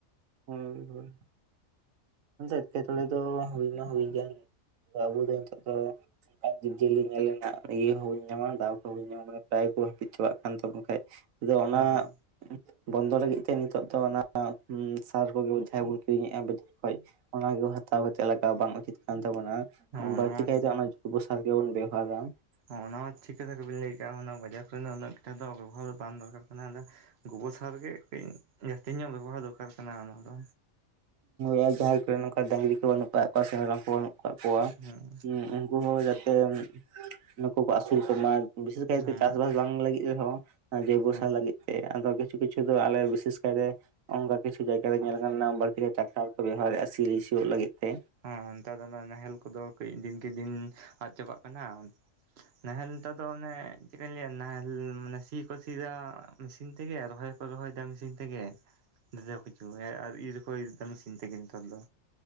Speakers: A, on the right; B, on the right.
A: ᱦᱳᱭ ᱦᱚᱭ ᱮᱴᱠᱮᱴᱚᱬᱮ ᱫᱚ ᱦᱩᱭ ᱢᱟ ᱦᱩᱭ ᱜᱟᱱ ᱟ ᱟᱵᱚ ᱫᱚ ᱱᱤᱛᱚᱜ ᱫᱚ ᱡᱤᱵᱽ ᱡᱤᱭᱟᱹᱞᱤ ᱧᱮᱞ ᱨᱮᱱᱟᱜ ᱤᱭᱟᱹ ᱦᱚᱸᱧ ᱧᱟᱢᱟ ᱫᱟᱣ ᱠᱚᱵᱚᱧ ᱧᱟᱢᱟ ᱢᱟᱱᱮ ᱯᱨᱟᱭ ᱠᱚ ᱦᱟᱹᱯᱤᱫ ᱪᱟᱵᱟᱜ ᱠᱟᱱ ᱛᱟᱵᱚᱱ ᱠᱷᱟᱡ <unintelligible> ᱚᱱᱟ
B: ᱦᱮᱸ
A: ᱵᱚᱱᱫᱚ ᱞᱟᱹᱜᱤᱫ ᱛᱮ ᱱᱤᱛᱚᱜ ᱫᱚ ᱚᱱᱟ ᱥᱟᱨ ᱠᱚᱜᱮ ᱡᱟᱦᱟᱸᱭ ᱵᱚᱱ ᱠᱤᱨᱤᱧᱮᱜᱼᱟ ᱚᱱᱟᱱᱜᱮ ᱦᱟᱛᱟᱣ ᱠᱟᱛᱮ ᱞᱟᱜᱟᱣ ᱵᱟᱝ ᱩᱪᱤᱛ ᱠᱟᱱ ᱛᱟᱵᱚᱱᱟ
B: ᱚᱱᱟ
A: ᱵᱟᱹᱲᱛᱤ
B: ᱢᱟ
A: ᱠᱟᱭᱛᱮ ᱜᱚ ᱥᱟᱨ ᱜᱮᱵᱚᱱ ᱵᱮᱵᱷᱟᱨᱟ ᱾
B: ᱦᱚᱸ ᱚᱱᱟ ᱢᱟ ᱴᱷᱤᱠ ᱠᱟᱛᱷᱟ ᱜᱮᱵᱤᱱ ᱞᱟᱹᱭᱟᱠᱟᱜᱼᱟ ᱚᱱᱟ ᱵᱟᱡᱟᱨ ᱠᱚᱨᱮ ᱫᱚ ᱩᱱᱟᱹᱜ ᱴᱟ ᱫᱚ ᱵᱮᱵᱷᱟᱨ ᱵᱟᱝ ᱫᱚᱨᱠᱟᱨ ᱠᱟᱱᱟ ᱟᱫᱚ ᱜᱳᱵᱚᱨ ᱥᱟᱨᱜᱮ ᱠᱟᱹᱡ ᱡᱟᱹᱥᱛᱤ ᱧᱚᱜ ᱵᱮᱵᱚᱦᱟᱨ ᱫᱚᱨᱠᱟᱨ ᱠᱟᱱᱟ ᱚᱱᱟᱫᱚ
A: ᱦᱩᱸᱡᱟᱸᱣᱟᱭ ᱠᱚᱨᱮᱱ ᱱᱚᱝᱠᱟ ᱰᱟᱝᱨᱤ ᱠᱚ ᱵᱟᱹᱱᱩᱜ ᱚᱠᱟ ᱥᱮᱫ ᱦᱚᱸ <unintelligible> ᱠᱚ ᱵᱟᱹᱱᱩᱜ ᱠᱟᱜ ᱠᱚᱣᱟ
B: ᱦᱮᱸ
A: ᱦᱩᱸ ᱩᱱᱩᱠᱩ ᱦᱚᱸ ᱡᱟᱛᱮ ᱱᱩᱠᱩ ᱠᱚ ᱟᱹᱥᱩᱞ ᱠᱚᱢᱟ ᱵᱤᱥᱮᱥ ᱠᱟᱭᱛᱮ
B: ᱦᱮᱸ
A: ᱪᱟᱥᱵᱟᱥ ᱵᱟᱝ ᱞᱟᱹᱜᱤᱫ ᱨᱮᱦᱚᱸ ᱡᱚᱜᱚᱥᱟᱭ
B: ᱦᱮᱸ
A: ᱞᱟᱹᱜᱤᱫ ᱛᱮ ᱾ ᱟᱫᱚ ᱠᱤᱪᱷᱩ ᱠᱤᱪᱷᱩ ᱫᱚ ᱟᱞᱮ ᱵᱤᱥᱮᱥᱟᱭᱛᱮ ᱚᱱᱠᱟ ᱠᱤᱪᱷᱩ ᱡᱟᱭᱜᱟ ᱨᱮ ᱧᱮᱞᱟᱠᱟᱱᱟ ᱵᱟᱹᱲ ᱛᱤ ᱴᱟᱠᱴᱟᱨ ᱠᱚ ᱵᱮᱵᱷᱟᱨᱮᱜᱼᱟ ᱥᱤ ᱨᱮ ᱥᱤᱭᱩᱜ ᱞᱟᱹᱜᱤᱫ ᱛᱮ
B: ᱦᱮᱸ ᱱᱮᱛᱟᱨ ᱫᱚ ᱚᱱᱟ ᱱᱟᱦᱮᱞ ᱠᱚᱫᱚ ᱠᱟᱹᱡ ᱫᱤᱱ ᱠᱮ ᱫᱤᱱ ᱟᱫ ᱪᱟᱵᱟᱜ ᱠᱟᱱᱟ ᱱᱟᱦᱮᱞ ᱛᱟ ᱫᱚ ᱚᱱᱮ ᱪᱮᱫᱠᱟᱧ ᱞᱟᱹᱭᱟ ᱱᱟᱦᱮᱞ ᱢᱟᱱᱮ ᱥᱤ ᱠᱚ ᱥᱤ ᱫᱟ ᱢᱮᱥᱤᱱ ᱛᱮᱜᱮ ᱨᱚᱦᱚᱭ ᱨᱚᱦᱚᱭ ᱫᱟᱢ ᱢᱮᱥᱤᱱ ᱛᱮᱜᱮ ᱡᱚᱛᱚ ᱠᱤᱪᱷᱩ ᱟᱨ ᱤᱨᱦᱚᱸᱠᱚ ᱤᱨ ᱫᱟ ᱢᱮᱥᱤᱱ ᱛᱮᱜᱮ ᱱᱮᱛᱟᱨ ᱫᱚ